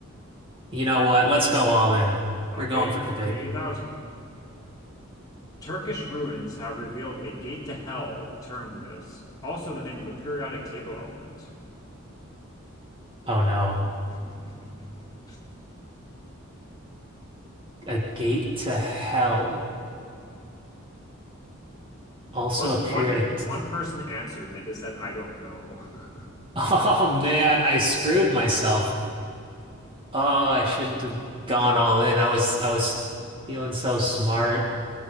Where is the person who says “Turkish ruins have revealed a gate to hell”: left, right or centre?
Left